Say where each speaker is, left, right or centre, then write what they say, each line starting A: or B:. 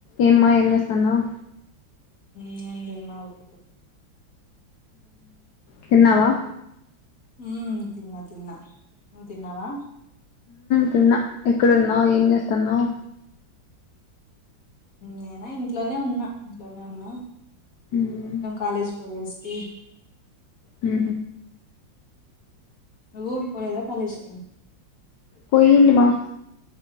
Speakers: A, on the left; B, on the left.
A: ఏమ్మా ఏం చేస్తున్నావు
B: ఏండి మా ఓక
A: తిన్నావా
B: హ తిన్నా తిన్నా ను తిన్నావా
A: తిన్నా ఎక్కడున్నావు ఏం చేస్తునావ్
B: నేనా ఇంట్లోనే ఉన్నా ఇంట్లోనే ఉన్నా
A: మ్మ్
B: కాలేజ్ పోయి వసతి
A: హ
B: నువ్ పోలేదా కాలేజ్కి
A: పోయింటమా